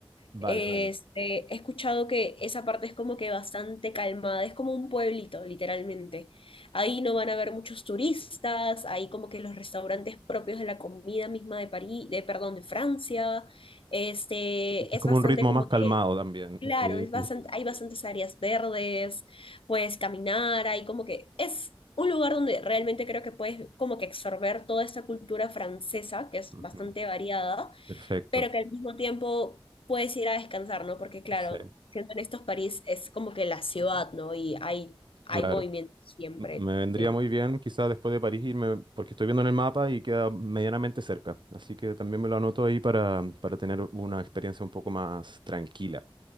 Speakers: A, on the right; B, on the left.
A: Vale,
B: Este,
A: vale.
B: he escuchado que esa parte es como que bastante calmada, es como un pueblito, literalmente. Ahí no van a haber muchos turistas, ahí como que los restaurantes propios de la comida misma de París, de, perdón, de Francia. Este,
A: Es
B: es
A: como
B: bastante
A: un ritmo
B: como
A: más calmado
B: que,
A: también.
B: claro,
A: Y-
B: es bastante,
A: y-
B: hay bastantes áreas verdes, puedes caminar, hay como que es un lugar donde realmente creo que puedes como que absorber toda esta cultura francesa, que es
A: ujú,
B: bastante variada
A: Perfecto.
B: pero que al mismo tiempo puedes ir a descansar, ¿no? Porque claro,
A: Sí,
B: siendo en estos París es como que la ciudad, ¿no? Y hay, hay
A: claro.
B: movimiento siempre.
A: M- Me vendría
B: eh.
A: muy bien quizás después de París irme, porque estoy viendo en el mapa y queda medianamente cerca. Así que también me lo anoto ahí para, para tener una experiencia un poco más tranquila.